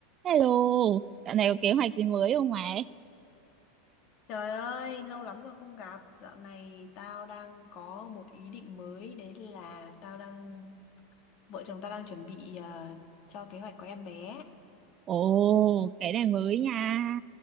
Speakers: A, on the right (about 35°); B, on the left (about 50°).
A: Hello, dạo này có kế hoạch gì mới không mày?
B: Trời ơi, lâu lắm rồi không gặp. Dạo này tao đang có một ý định mới, đấy là tao đang vợ chồng tao đang chuẩn bị ờ, cho kế hoạch có em bé.
A: Ồ, cái này mới nha.